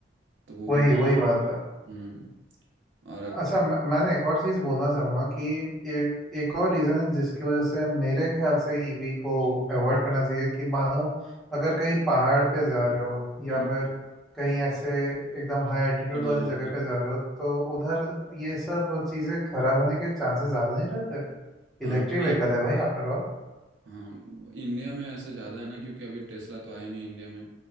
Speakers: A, on the right; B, in the centre.
A: तो वो
B: वही
A: भी
B: वही बात है
A: हम्म और
B: अच्छा मैं, मैंने एक और चीज़ बोलना चाहूँगा कि ए, एक और रीज़न है जिसकी वजह से मेरे ख्याल से ईवी को अवॉइड करना चाहिए कि मानो अगर कहीं पहाड़ पे जा रहे हो या
A: हम्म
B: फिर कहीं ऐसे एकदम हाई एल्टीट्यूड
A: चढ़ाने
B: वाली जगह
A: के लिए
B: पे जा रहे हो तो उधर ये सब चीज़ें खराब होने के चांसेस ज़्यादा नहीं रहते
A: हाँ
B: इलेक्ट्रिक
A: भाई
B: व्हीकल है भाई आफ्टर ऑल
A: हाँ इंडिया में ऐसे ज़्यादा है ना क्योंकि अभी टेस्ला तो आया नहीं इंडिया में